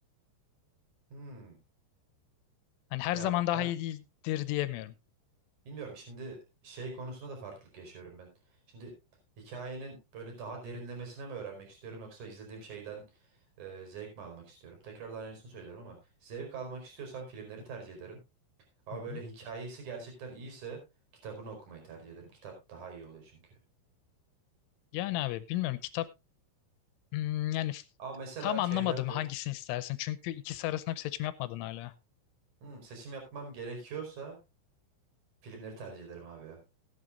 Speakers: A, on the right; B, on the left.
A: Hmm.
B: Hani her
A: Ya
B: zaman daha
A: ben
B: iyi değildir diyemiyorum.
A: bilmiyorum. Şimdi şey konusunda da farklılık yaşıyorum ben. Şimdi hikayenin böyle daha derinlemesine mi öğrenmek istiyorum yoksa izlediğim şeyden e, zevk mi almak istiyorum? Tekrardan aynısını söylüyorum ama zevk almak istiyorsam filmleri tercih ederim. Ama
B: Hı hı.
A: böyle hikayesi gerçekten iyiyse kitabını okumayı tercih ederim. Kitap daha iyi oluyor çünkü.
B: Yani abi bilmiyorum kitap Hmm, yani f-
A: Ama mesela
B: tam anlamadım
A: şeylerde
B: hangisini istersin. Çünkü ikisi arasında bir seçim yapmadın hala.
A: hmm, seçim yapmam gerekiyorsa filmleri tercih ederim abi ya.